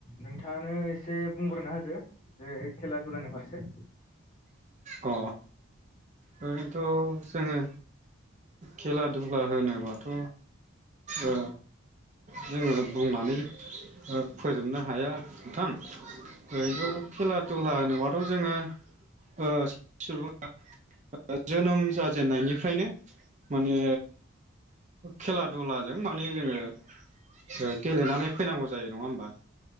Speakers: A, on the left (about 40°); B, on the right (about 35°).
A: नोंथाङानो एसे बुंग्रोना होदो जे खेला दुलानि फारसे।
B: अ। ओरैनोथ' जोङो खेला दुला होनोबाथ' ओ जोङो बुंनानै ओ फोजोबनो हाया नोंथां। ओरैथ'
A: औ
B: खेला दुला होनोल्बा थ' जोङो ओ सुबुङा। जोनोम जाजेननायनिफ्रायनो माने खेला दुलाजों माने जोङो ओ गेलेनानै फैनांगौ जायो नङा होमबा।